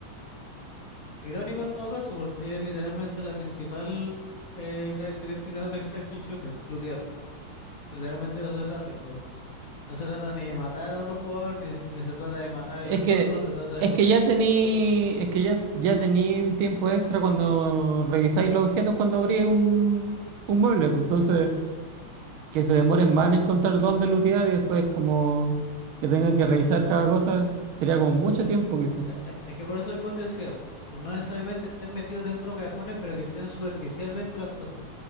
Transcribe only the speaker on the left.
Irónico en todo caso, porque es literalmente la principal eh, característica de un extraction shooter, lootear. Literalmente de eso se trata el juego. No se trata ni de matar a otro jugador, ni, ni se trata de matar el
entorno,
se trata de
lootear.
Eh, eh, Es, que por eso mismo te decía, po, que no necesariamente estén metidos dentro de cajones, pero que estén superficialmente las cosas.